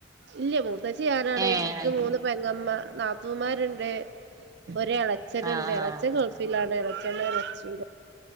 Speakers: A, on the right; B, on the right.
A: ഇല്യ മൂത്തച്ചി ഞാനാണ്.
B: ഏഹ്
A: ഇൻക്ക്
B: അത്
A: മൂന്ന്
B: ശരി
A: പെങ്ങമ്മ- നാത്തൂമാരുണ്ട് ഒരു ഇളച്ചനുണ്ട്
B: ആഹ്
A: ഇളച്ചൻ
B: ആഹ്
A: ഗോൾഫിലാണ് ഇളച്ചൻ <unintelligible>